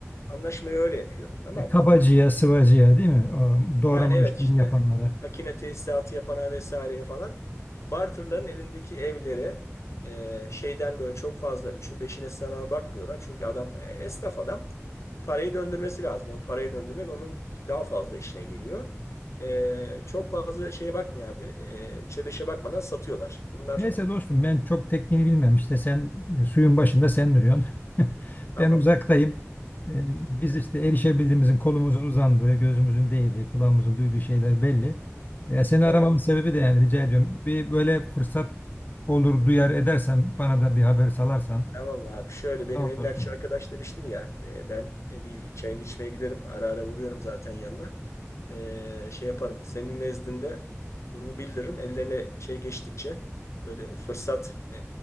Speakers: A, on the left (about 65°); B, on the left (about 35°).
A: Anlaşmayı öyle yapıyor tamam
B: ya kabacıya,
A: mı?
B: sıvacıya değil mi? O, doğrama
A: Yani evet
B: işlerini
A: işte
B: yapanlara.
A: makine tesisatı yapana vesaireye falan bu barterların elindeki evleri e, şeyden böyle çok fazla üçün beşine sana bakmıyorlar. Çünkü adam e, esnaf adam parayı döndürmesi lazım. Onu parayı döndürmek onun daha fazla işine geliyor. E, çok fazla şeye bakmıyor abi. E, üçe beşe bakmadan satıyorlar. Bunlar
B: Neyse dostum ben çok tekniğini bilmem işte sen e, suyun başında sen duruyorsun. <laughs>
A: tamam.
B: Ben uzaktayım. E, Biz işte erişebildiğimizin kolumuzun uzandığı, gözümüzün değdiği, kulağımızın duyduğu şeyler belli. E, seni
A: Evet.
B: aramamın sebebi de yani rica ediyorum. Bir böyle fırsat olur duyar edersen bana da bir haber salarsan.
A: Tamam abi şöyle benim
B: Tamam
A: emlakçı
B: dostum.
A: arkadaş demiştim ya e, ben e, bir çayını içmeye giderim ara ara vuruyorum zaten yanına E, şey yaparım senin nezdinde durumu bildiririm ellerine şey geçtikçe böyle fırsat e,